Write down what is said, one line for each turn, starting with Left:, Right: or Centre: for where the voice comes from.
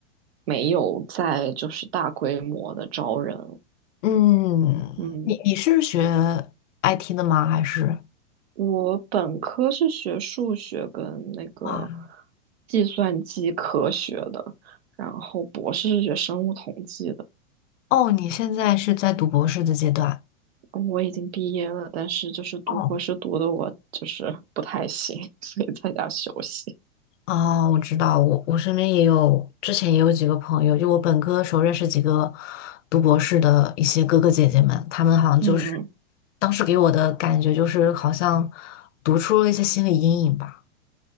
Right: 没有在就是大规模的招人
Left: 嗯，
Right: 嗯
Left: 你你是学 IT 的吗？还是
Right: 我本科是学数学跟那个
Left: 啊？
Right: 计算机科学的，然后博士是学生物统计的。
Left: 哦，你现在是在读博士的阶段。
Right: 嗯我已经毕业了，但是就是读博士读的我就是不太行，
Left: 哦，
Right: <laughs> 所以在家休息。
Left: 哦，我知道，我我身边也有，之前也有几个朋友，就我本科的时候认识几个读博士的一些哥哥姐姐们，他们好像就是
Right: 嗯嗯，
Left: 当时给我的感觉就是好像读出了一些心理阴影吧。